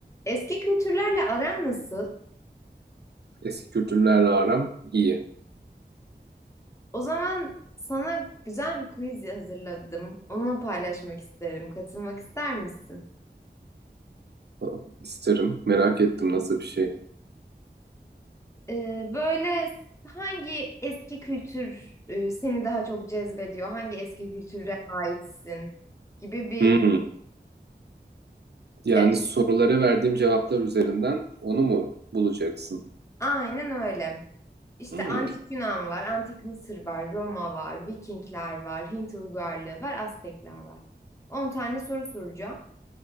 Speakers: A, on the left; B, on the right.
A: Eski kültürlerle aran nasıl?
B: Eski kültürlerle aram iyi.
A: O zaman sana güzel bir quiz hazırladım. Onu paylaşmak isterim. Katılmak ister misin?
B: Falan. İsterim. Merak ettim nasıl bir şey.
A: Ee, böyle hangi eski kültür e, seni daha çok cezbediyor? Hangi eski kültüre aitsin? Gibi bir...
B: Hmm. Yani
A: Evet,
B: sorulara verdiğim cevaplar üzerinden onu mu bulacaksın?
A: aynen öyle. İşte
B: Hmm.
A: antik Yunan var, antik Mısır var, Roma var, Vikingler var, Hint uygarlığı var, Aztekler var. 10 tane soru soracağım.